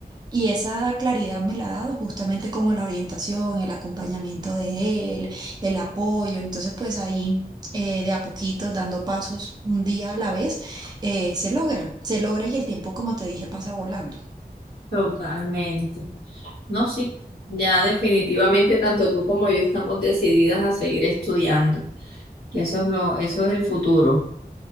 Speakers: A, on the right (about 25°); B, on the right (about 85°).
A: Y esa claridad me la ha dado justamente como la orientación, el acompañamiento de él, el apoyo. Entonces, pues ahí eh, de a poquito, dando pasos un día a la vez, eh, se logra, se logra y el tiempo, como te dije, pasa volando.
B: totalmente. No, sí, ya definitivamente tanto tú como yo estamos decididas a seguir estudiando. Y eso es lo, eso es el futuro.